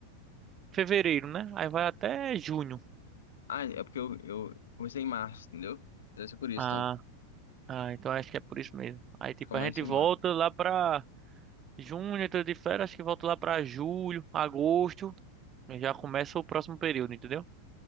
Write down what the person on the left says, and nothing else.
Ah, é porque eu, eu comecei em março, entendeu? Deve ser por isso,
então.
A
gente começa
em março.